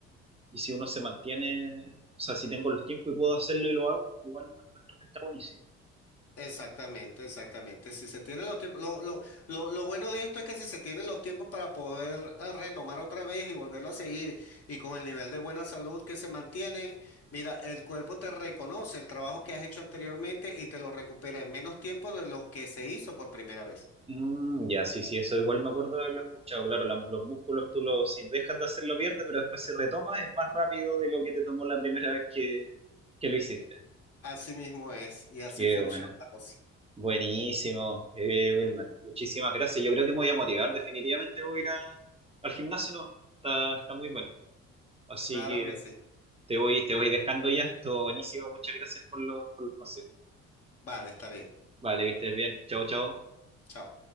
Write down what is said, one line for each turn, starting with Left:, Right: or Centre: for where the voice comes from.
Right: y si uno se mantiene, o sea, si tengo los tiempos y puedo hacerlo y lo hago, igual la encuentro que está buenísimo.
Left: Exactamente, exactamente. Si se tienen los tiempos, lo, lo, lo, lo bueno de esto es que si se tienen los tiempos para poder eh, retomar otra vez y volverlo a seguir y con el nivel de buena salud que se mantiene, mira, el cuerpo te reconoce el trabajo que has hecho anteriormente y te lo recupera en menos tiempo de lo que se hizo por primera vez.
Right: Mm, ya, sí, sí, eso igual me acuerdo de haberlo escuchado. Claro, la- los músculos tú los, si dejas de hacerlo viernes, pero después si retomas es más rápido de lo que te tomó la primera vez que, que lo hiciste.
Left: Así mismo es y así
Right: Qué
Left: funciona
Right: bueno.
Left: la cosa.
Right: Buenísimo, eh, Wilmer. Muchísimas gracias. Yo creo que me voy a motivar. Definitivamente voy a ir a- al gimnasio, ¿no? Está, está muy bueno. Así
Left: Claro
Right: que
Left: que sí.
Right: te voy, te voy dejando ya. todo buenísimo. Muchas gracias por los, por los consejos.
Left: Vale, está bien.
Right: Vale, que estés bien. Chao, chao.
Left: Chao.